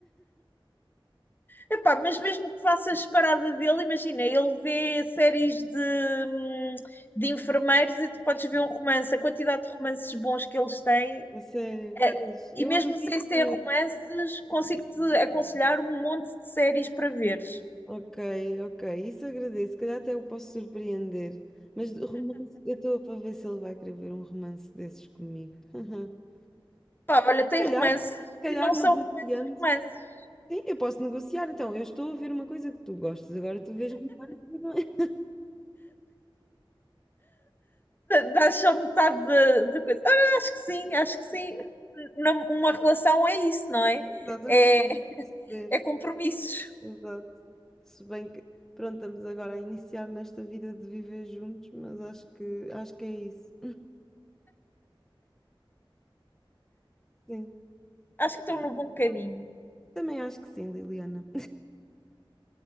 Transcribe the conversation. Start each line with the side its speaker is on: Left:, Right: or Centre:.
Left: epá, mas mesmo que faças parada dele, imagina, ele vê séries de, hum, de enfermeiros e tu podes ver um romance, a quantidade de romances bons que eles têm.
Centre: A sério,
Left: É,
Centre: pois, eu
Left: E mesmo
Centre: duvido
Left: sem ser
Centre: que.
Left: romances, consigo-te aconselhar um monte de séries para veres.
Centre: Ok, ok, isso agradeço. Se calhar até o posso surpreender. Mas de romance, eu estou para ver se ele vai querer ver um romance desses comigo. <laughs>
Left: Pá, olha,
Centre: Se
Left: tem
Centre: calhar,
Left: romances
Centre: se calhar
Left: e não
Centre: negociando.
Left: são romances, romances.
Centre: Sim, eu posso negociar. Então, eu estou a ver uma coisa que tu gostas, agora tu vês romance. que eu também-
Left: dá só metade da da coisa. Ah, acho que sim, acho que sim. Na- Uma relação é isso, não é?
Centre: <laughs> Exatamente,
Left: É,
Centre: vamos decidir.
Left: é compromissos.
Centre: Exato. Se bem que, pronto, estamos agora a iniciar nesta vida de viver juntos, mas acho que, acho que é isso. Sim,
Left: Acho que estou
Centre: pronto.
Left: no bom caminho.
Centre: Também acho que sim, Liliana.